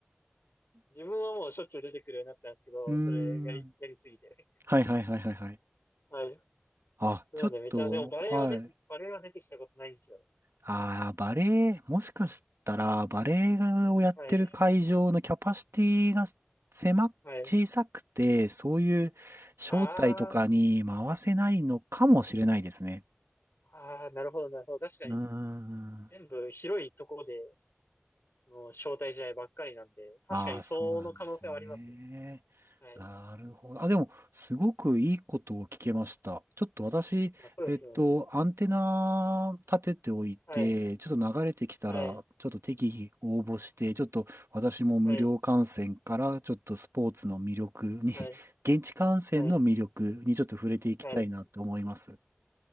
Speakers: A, on the left; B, on the right.
A: 自分はもうしょっちゅう出てくるようになったんですけど、
B: うーん。
A: それやり、やりすぎてね。
B: はいはいはいはいはい。
A: <laughs> はい。
B: あ、
A: なのでめちゃ、
B: ちょっと、
A: でもバレエは出て、
B: はい
A: バレエは出てきたことないんですよね。
B: ああ、バレエ、もしかしたら、バレエをやってる会場のキャパシティが狭、
A: はい。はい。
B: 小さくて、そういう招待とかに回せないのかもしれないですね。
A: ああ、ああ、なるほど、なるほど。確かに。
B: うーん。
A: 全部広いところでの招待試合ばっかりなんで、確かにその可能性はありますね。
B: ああ、そうなんですね。
A: はい。
B: なるほど。あ、でも、すごくいいことを聞けました。ちょっと私、
A: まあ、そうですね。
B: えっと、アンテナ立てておいて、
A: はい、
B: ちょっと流れてきたら、
A: はい、
B: ちょっと適宜応募して、ちょっと私も無料観戦から、
A: はい、
B: ちょっとスポーツの魅力に、
A: はい、
B: <laughs> 現地観戦の魅力にちょっと触れていきたいなと思います。
A: はい、はい。